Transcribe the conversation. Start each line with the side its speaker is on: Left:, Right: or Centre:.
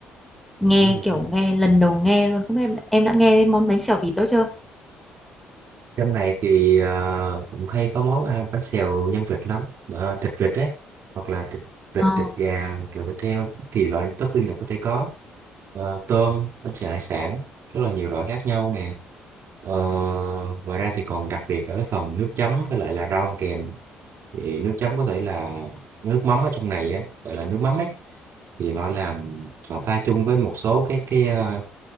Centre: Nghe
Right: đúng rồi
Centre: kiểu nghe lần đầu nghe luôn, không biết em em đã nghe đến món bánh xèo vịt đó chưa?
Right: trong này thì ờ, cũng hay có món ăn bánh xèo nhân vịt lắm Ờ, thịt vịt đấy hoặc là thịt vịt
Centre: Ờ,
Right: thịt gà hoặc là thịt heo thì loại topping này có thể có Ờ, tôm bánh xèo hải sản rất là nhiều loại khác nhau nè Ờ, ngoài ra thì còn đặc biệt ở cái phần nước chấm với lại là rau kèm thì nước chấm có thể là nước mắm ở trong này á gọi là nước mắm ấy thì họ làm họ pha chung với một số cái cái ờ,